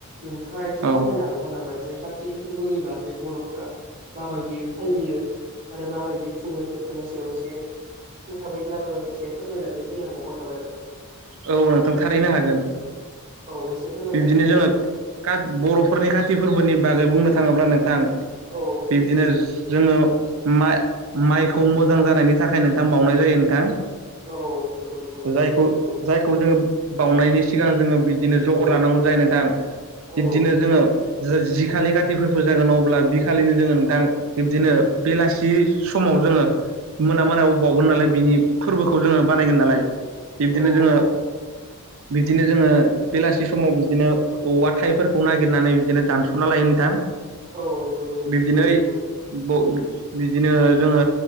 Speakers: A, on the right; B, on the right.
A: नोंथाङा एसे
B: औ
A: फोरमायनो हाबावगोन नामा जे सा थि फोरबोनि बागै बर'फोरा माबायदि फालियो। आरो माबायदि खुङो बेफोरनि सायाव एसे बुंंथाबैब्लाबो एसे फोरमायनानै होनो हाबावगोन नामा? हागोन नोंथां <unintelligible>
B: औ नोंथां थारैनो हागोन
A: औ एसे फोरमायना
B: बिब्दिनो
A: होलाय
B: जोङो
A: नोंथां
B: बर'फोरनि काति फोरबोनि बागै बुंनो थाङोब्ला नोंथां
A: औ
B: बिबदिनो जोङो मा माइखौ
A: औ
B: मोजां जानायनि थाखाय नोंथां बावनाय जायो नोंथां
A: औ नंगौ नंगौ नंगौ
B: जायखौ
A: सैथो
B: जायखौ जोङो बावनायनि सिगां जोङो बिदिनो जगर
A: औ
B: लानांगौ जायो नोंथां
A: औ
B: बिदिनो जोङो जि खालि काथि फोरबो जागोन अब्ला आ खालिनो जोङो नोंथां
A: औ
B: बिब्दिनो बेलासि समाव जोङो मोना मोनायाव
A: औ
B: बावगोन नालाय बिनि फोरबोखौ जोङो बानायगोन नालाय बिब्दिनो
A: औ
B: जोङो
A: औ
B: बिब्दिनो जोङो बेलासि समाव बिदिनो औवा थाइफोरखौ नागिरनानै बिदिनो दानस'ना लायो नोंथां
A: औ नंगौ नंगौ
B: बिदिनो
A: सैथो औ नंगौ नोंथां
B: ब बिदिनो जोङो